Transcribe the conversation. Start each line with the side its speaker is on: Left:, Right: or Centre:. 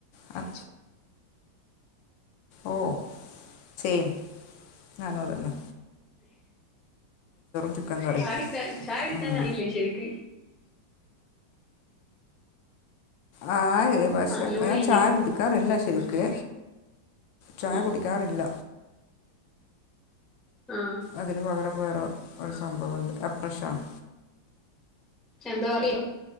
Left: അ ഓഹ് സെയിം ഞാനു അതെന്നെ ചിക്കൻ കറിയും
Centre: ചാടിക്ക ചായ കുടിക്കാനായില്ലേ
Left: ഉം
Centre: ശരിയ്ക്ക്
Left: ആ ഹ് പക്ഷെ
Centre: നാല്
Left: ഞാൻ
Centre: മണി കഴിഞ്ഞില്ലേ
Left: ചായ കുടിക്കാറില്ല ശരിക്ക് ചായ
Centre: ഉം
Left: കുടിക്കാറില്ല
Centre: ആഹ്
Left: അതിന് പകരം വേറെ ഒരു സംഭവംണ്ട്. അപ്രശാണ്
Centre: എന്താ <unintelligible>